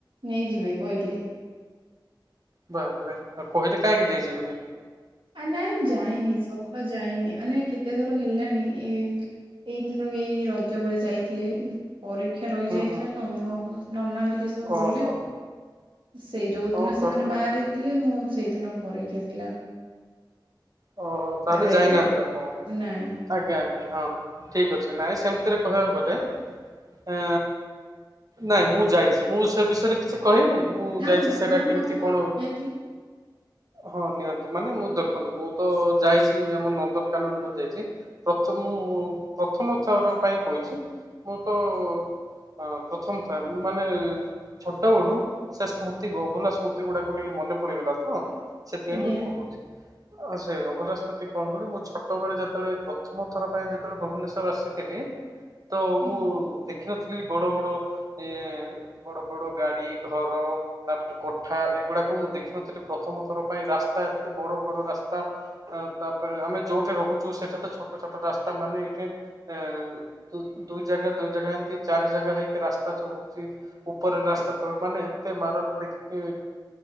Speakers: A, on the right (about 85°); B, on the right (about 45°).
A: ନେଇଯିବେ କହିଲେ।
B: ବାପ ରେ ଆଉ କହିଲେ କାଇକି ଦିଆ ଯିବନି।
A: ଆ ନାଇଁ ମୁଁ ଯାଇନି ସତ ଯାଇନି ମାନେ ଏତେ ଥର ହେଲାଣି ଏଇ ଏଇଥର ଏଇ ରଜ ବେଳେ ଯାଇଥିଲେ ପରୀକ୍ଷା ରହିଯାଇଥିଲା
B: ହୁଁ ହୁଁ
A: ତ ମୁଁ ଆଉ ନନା ହରିକା ସ ସ ବୁଲେ
B: ଓହୋ
A: ସେଇ ଯୋଉ
B: ହଉ
A: ଦିନ ସେମାନେ
B: ଗଲେ
A: ବାହାରେ ହେଲେ ମୋର ସେଇଦିନ ପରୀକ୍ଷା ଥିଲା।
B: ଓହୋ ତାହେଲେ
A: ଆର
B: ଯାଇନାହାନ୍ତି
A: ଆଇ ର
B: ଆପଣ।
A: ନାଇଁ
B: ଆଜ୍ଞା ଆଜ୍ଞା ହଁ ଠିକ ଅଛି ନାଇଁ ସେମିତିରେ କହିବାକୁ ଗଲେ ଏ ନାଇଁ ମୁଁ ଯାଇଛି ମୁଁ ସେ ବିଷୟରେ କିଛି କହିବି ମୁଁ
A: ହଁ
B: ଯାଇଛି ସେଟା
A: ହଁ
B: କେମିତି
A: ହଁ ହଁ
B: କଣ
A: ନିହାତି
B: ହଁ ନିଅନ୍ତି ମାନେ ମୁଁ ଦେଖନ୍ତୁ ମୁଁ ତ ଯାଇଛି ଆମର ନନ୍ଦନକାନନ ବୋଲି ଯାଇଛି। ପ୍ରଥ ମୁଁ ପ୍ରଥମଥର ପାଇଁ କହିଛି ମୁଁ ତ ହଁ ପ୍ରଥମ ଥା ମୁଁ ମାନେ ଛୋଟ ବଡୁ ସେ ସ୍ମୃତି ଗଭୁଲା ସ୍ମୃତି ଗୁଡାକୁ ଟିକେ ମନେ ପଡିଗଲା ତ। ସେଥିପାଇଁ
A: ଆଜ୍ଞା
B: ମୁଁ କହୁଛି। ଆ ସେ ଅଭୁଲା ସ୍ମୃତି କଣ କହିଲେ, ମୁଁ ଛୋଟବେଳେ ଯେତେବେଳେ ପ୍ରଥମ ଥର ପାଇଁ ଯେତେବେଳେ ଭୁବନେଶ୍ୱର ଆସିଥିଲି ତ ମୁଁ
A: ଆଜ୍ଞା
B: ଦେଖିନଥିଲି ବଡ଼ ବଡ଼ ଏ ବଡ଼ ବଡ଼ ଗାଡି, ଘର। ତାପରେ କୋଠା ଏଗୁଡାକୁ ମୁଁ ଦେଖିନଥିଲି, ପ୍ରଥମ ଥର ପାଇଁ ରାସ୍ତା ଏତେ ବଡ ବଡ ରାସ୍ତା। ତାପରେ ଆମେ ଯୋଉଠି ରହୁଛୁ, ସେଠା ତ ଛୋଟ ଛୋଟ ରାସ୍ତା ମାନେ ଏଇଠି ହଁ ଦୁଇ ଜାଗା, ଦୁଇ ଜାଗା ଏମତି ଚାରି ଜାଗା ହେଇକି ରାସ୍ତା ଜଉ ହେଉଛି ଯେ ହେଉଛୁ। ଉପରେ ରାସ୍ତା ତଳେ ମାନେ ଏତେ ଇମାରତ ଦେଖିକି